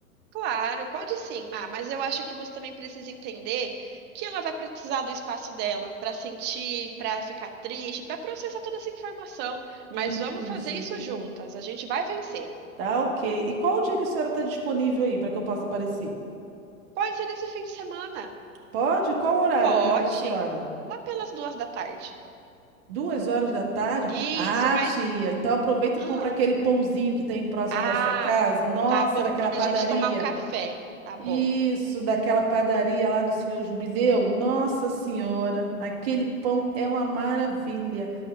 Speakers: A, on the right; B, on the right.
A: Claro, pode sim, Má, mas eu acho que você também precisa entender que ela vai precisar do espaço dela para sentir, para ficar triste, para processar toda essa informação.
B: Eu
A: Mas
B: entendi.
A: vamos fazer isso juntas, a gente vai vencer.
B: Tá, ok. E qual o dia que a senhora está disponível aí para que eu possa aparecer?
A: Pode ser nesse fim de semana.
B: Pode? Qual horário
A: Pode,
B: é melhor para a senhora?
A: lá pelas duas da tarde.
B: Duas horas da tarde?
A: Isso,
B: Ah,
A: mas.
B: tia, então aproveita e
A: Ah,
B: compra aquele pãozinho que tem próximo
A: ah,
B: da sua casa. Nossa,
A: tá bom
B: daquela
A: pra
B: padaria.
A: gente tomar um café. Tá
B: Isso,
A: bom.
B: daquela padaria lá do senhor Jubileu. Nossa Senhora, aquele pão é uma maravilha.